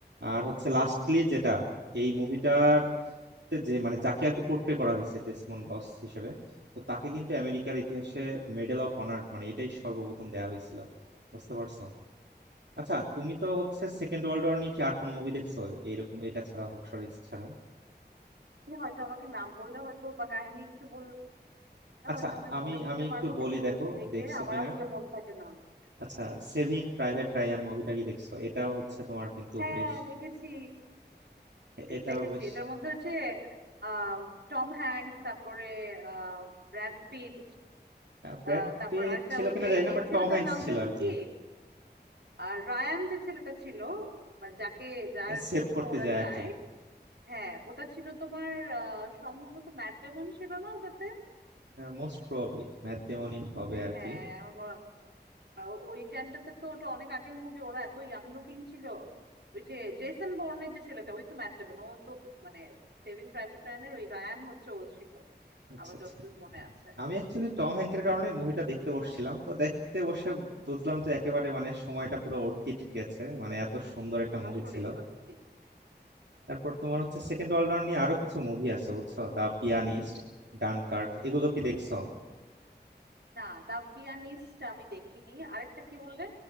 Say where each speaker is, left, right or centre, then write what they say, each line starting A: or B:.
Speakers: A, on the right; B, on the right.
A: আর হচ্ছে লাস্টলি যেটা এই মুভিটার যে মানে যাকে আর কি পোর্ট্রে করা হয়েছে ডেসমন্ড ডস হিসেবে তো তাকে কিন্তু আমেরিকার ইতিহাসে মেডেল অফ অনার মানে এটাই সর্বপ্রথম দেয়া হয়েছিল বুঝতে পারছো আচ্ছা তুমি তো হচ্ছে সেকেন্ড ওয়ার্ল্ড ওয়ার নিয়ে কি আর কোনো মুভি দেখছো এইরকম এটা ছাড়া হক্সরিজ ছাড়া
B: সে হয়তো আমাকে নাম বললে হয়তো বা কাহিনী একটু বললে
A: আচ্ছা
B: হয়তো আমি
A: আমি
B: মনে করতে
A: আমি একটু
B: পারবো
A: বলি
B: কিন্তু
A: দেখো
B: এই
A: দেখছো
B: যে আমার
A: কিনা
B: আসলে মনে থাকে না
A: আচ্ছা সেভিং প্রাইভেট রায়ান মুভিটা কি দেখছো এটাও হচ্ছে তোমার কিন্তু
B: হ্যাঁ
A: বেশ
B: দেখেছি
A: এটাও
B: দেখেছি
A: বেশ
B: এটার মধ্যে হচ্ছে আহ, টম হ্যাঙ্কস তারপরে আহ, ব্র্যাড পিট
A: ব্র্যাড
B: আহ, তারপর
A: পিট
B: একটা
A: ছিল
B: ওই
A: কিনা
B: যে
A: জানি না
B: ইয়ে
A: বাট
B: ছেলেটার
A: টম হ্যাঙ্কস
B: নাম
A: ছিল
B: যেন
A: আর কি
B: কি আর রায়ান যে ছেলেটা ছিল মানে যাকে যার
A: সেভ
B: জন্য
A: করতে
B: ওরা
A: যায়
B: যায়
A: আর কি
B: হ্যাঁ ওটা ছিল তোমার আহ, সম্ভবত ম্যাট ডেমন ছিল না ওটাতে
A: মোস্ট প্রবাবলি ম্যাট ডেমনই হবে আর
B: হ্যাঁ
A: কি
B: আমার মনে আহ, ওই টাইমটাতে তো ওটা অনেক আগের মুভি ওরা এত ইয়াং লুকিং ছিল ওই যে জেসন বর্নের যে ছেলেটা ওই তো ম্যাট ডেমন ও তো মানে সেভিং প্রাইভেট রায়ানের ওই রায়ান হচ্ছে ও ছিল
A: আচ্ছা
B: আমার
A: আচ্ছা
B: যতদূর মনে আছে
A: আমি অ্যাকচুয়ালি টম হ্যাংকের কারণে মুভিটা দেখতে বসছিলাম তো দেখতে বসে বুঝলাম যে একেবারে মানে সময়টা পুরো অর্থিত গেছে মানে এত সুন্দর একটা মুভি
B: আসলে
A: ছিল
B: সত্যি
A: তারপর তোমার হচ্ছে সেকেন্ড অলরাউন্ড নিয়ে আরো কিছু মুভি আছে বুঝছো দা পিয়ানিস্ট ডানকার্ক এগুলো কি দেখছো
B: না দা পিয়ানিস্ট আমি দেখিনি আরেকটা কি বললে